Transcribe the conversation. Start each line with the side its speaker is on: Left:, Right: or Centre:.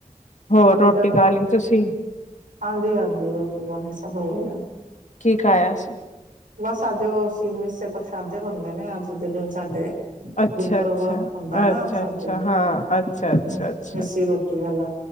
Left: ਹੋਰ ਰੋਟੀ
Right: ਚਲੋ
Left: ਖਾ ਲਈ। ਤੁਸੀਂ
Right: ਹਾਂਜੀ- ਹਾਂਜੀ ਰੋਟੀ ਖਾ ਲਈ ਸਭ ਹੋ ਗਿਆ ।
Left: ਕੀ ਖਾਇਆ ਸੀ?
Right: ਬਸ ਅੱਜ ਉਹ ਅਸੀ ਮਿਸੇ ਪ੍ਰਸ਼ਾਦੇ ਬਣਦੇ ਨੇ, ਅੱਜ ਦੇ ਦਿਨ ਸਾਡੇ।
Left: ਅੱਛਾ-
Right: ਗੁਰਪੁਰਬ
Left: ਅੱਛਾ-
Right: ਹੁੰਦਾ ਨਾ
Left: ਅੱਛਾ
Right: ਸਾਡੇ
Left: -ਅੱਛਾ ਹਾਂ, ਅੱਛਾ- ਅੱਛਾ-
Right: ਮਿੱਸੀ
Left: ਅੱਛਾ।
Right: ਰੋਟੀ ਵਾਲਾ